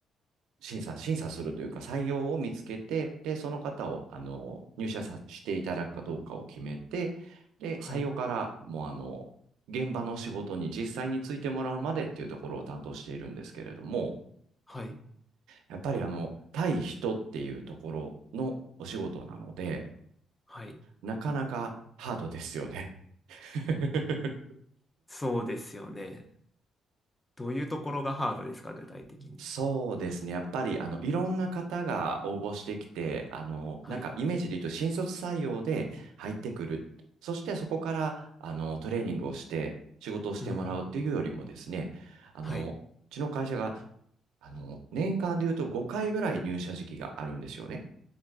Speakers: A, on the right; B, on the left.
A: 審査、審査するというか、採用を見つけて、で、その方を、あの、入社さしていただくかどうかを決めて、で、
B: はい。
A: 採用から、もう、あの、現場の仕事に実際についてもらうまでっていうところを担当しているんですけれども、
B: はい。
A: やっぱり、あの、対人っていうところのお仕事なので、
B: はい。
A: なかなかハードですよね。<laughs>
B: そうですよね。どういうところがハードですか、具体的に。
A: そうですね。やっぱり、あの、いろんな方が応募してきて、あの、
B: はい。
A: なんかイメージで言うと新卒採用で入ってくる。そしてそこから、あの、トレーニングをして仕事をしてもらうっていうよりもですね、
B: うん。
A: あの、
B: はい。
A: うちの会社が、あの、年間で言うと5回ぐらい入社時期があるんですよね。